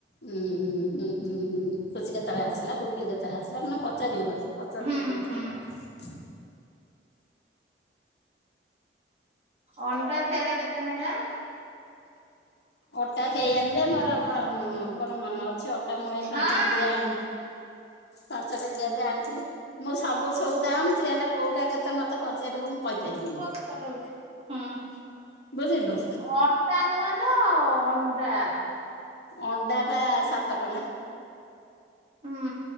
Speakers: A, on the left; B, on the right.
A: ଉଁ ଉଁ ହୁ ଉଁହୁ ହୁ, ଖୁସି କେତେଳେ ଆସିଲା? ଗୁଗଲି କେ କେତେଳେ ଆସିଲା। ମାନେ ପଚାରିବ ପଚାରୁଛି
B: ହୁଁ
A: ସମସ୍ତଙ୍କ
B: ହୁଁ
A: କଥା।
B: ଅଣ୍ଡା ସେଆଡେ କେତେନାଖା?
A: ଅଟା ଖେଇ ଆଣିବେ। ମୋର-ଅ-ମ କଣ ମନ ଅ ଛି। ଅଟା ମଇ ପାଞ୍ଚ
B: ହଁ
A: କିଲିଆ ଆଣ। ପାଞ୍ଚ କେଜିଆ ଆଣିଥିଲି। ମୁଁ ସବୁ ସଉଦା ଆଣୁଛି ହେଲେ, କୋଉଟା କେତେ ମତେ ପଚାରିବୁ? ମୁଁ କହିପାରିବିନି।
B: ପୁଅକୁ ପଠଉଛି। ହୁଁ
A: ବୁଝିଲୁ
B: ଅଟା ନୂଆଲୋ ଅ ଦାଆଃ।
A: ଅଣ୍ଡା ଟା ସାତ ଟଙ୍କା।
B: ହୁଁ।